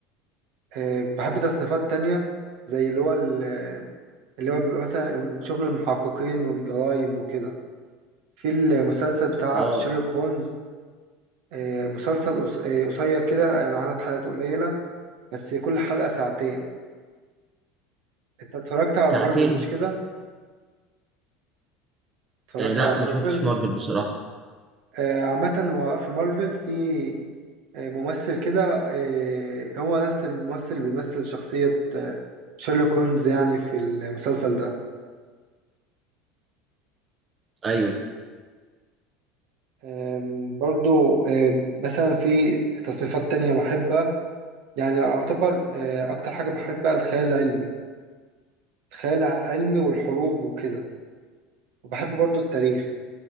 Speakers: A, on the right (about 65°); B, on the right (about 30°).
A: آه، بحب تصنيفات تانية زي اللي هو ال- اللي هو بيبقى مثلا شغل المحققين والجرائم وكده في المسلسل بتاع
B: اه
A: شيرلوك هولمز آه، مسلسل قص- آه، قصير كده يعني عدد حلقاته قليلة بس كل حلقة ساعتين انت اتفرجت على
B: ساعتين
A: مارفل مش كده؟ اتفرجت
B: آه لا
A: على مارفل
B: ما شفتش مارفل بصراحة
A: آه، عامة هو في مارفل في آه، ممثل كده آه، هو نفس الممثل اللي بيمثل شخصية آه، شيرلوك هولمز يعني في المسلسل ده
B: أيوه
A: آم، برضو آم، مثلا في تصنيفات تانية بحبها يعني أعتبر آه، أكتر حاجة بحبها الخيال العلمي الخيال العلمي والحروب وكده وبحب برضو التاريخ